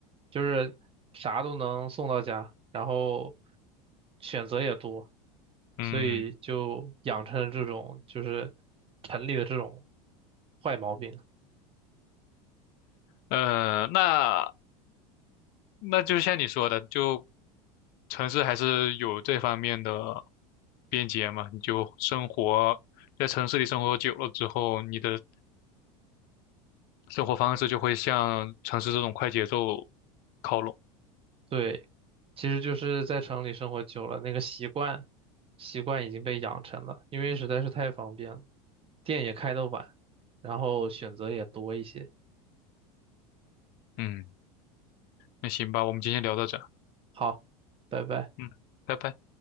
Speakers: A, on the right; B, on the left.
A: 就是啥都能送到家，然后选择也多，
B: 嗯，
A: 所以就养成了这种就是城里的这种坏毛病。
B: 呃，那那就像你说的，就城市还是有这方面的便捷嘛。你就生活在城市里生活久了之后，你的生活方式就会向城市这种快节奏靠拢。
A: 对，其实就是在城里生活久了，那个习惯习惯已经被养成了，因为实在是太方便了，店也开得晚，然后选择也多一些。
B: 嗯，那行吧，我们今天聊到这儿
A: 好，拜拜。
B: 嗯，拜拜。